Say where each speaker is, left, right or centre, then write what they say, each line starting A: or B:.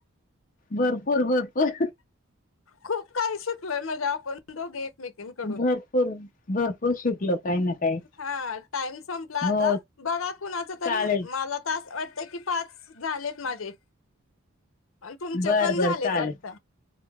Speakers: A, on the left; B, on the left.
A: भरपूर भरपूर.
B: खूप काही शिकलोय म्हणजे. आपण दोघे एकमेकांकडून.
A: भरपूर भरपूर शिकल काही ना काही.
B: हा टाइम संपला आता
A: हो
B: बघा कुणाच तरी
A: चालेल
B: मला. टास्क वाटतय की पाच झालेत माझे. अन तुमचे
A: बर
B: पण
A: बर
B: झालेत
A: चालेल
B: वाटत.